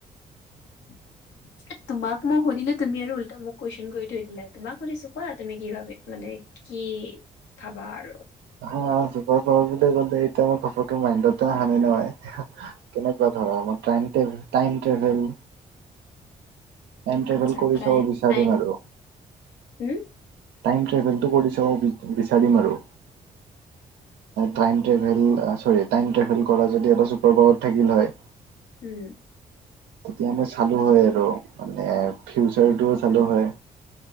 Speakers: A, on the left; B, on the right.
A: <unintelligible> তোমাক মই সুধিলো তুমি আৰু উল্টা মোক কুৱেশন কৰি থৈ দিলা। তোমাক সুধিছো কোৱা তুমি কি ভাবে মানে- কি ভাবা আৰু?
B: হ চুপাৰ পাৱাৰ বুলি কলে এতিয়া মই ঘপককে মাইণ্ডতে আহা নাই নহয়। কেনেকুৱা ধৰা আমাৰ টাইম ট্ৰেভেল- টাইম ট্ৰেভেল
A: আচ্ছা
B: কৰি
A: ট্ৰাই
B: চাব বিচাৰিম
A: টাইম
B: আৰু
A: উম-
B: টাইম ট্ৰেভেলটো কৰি চাব বিচাৰিম আৰু।
A: <inaudible>
B: ট্ৰাইম ট্ৰেভেল চৰি টাইম ট্ৰেভেল কৰা যদি এটা চুপাৰ পাৱাৰ থাকিল হয়-
A: উম।
B: তেতিয়া মই চালোঁ হয় আৰু মানে ফিউচাৰটোও চালো হয়।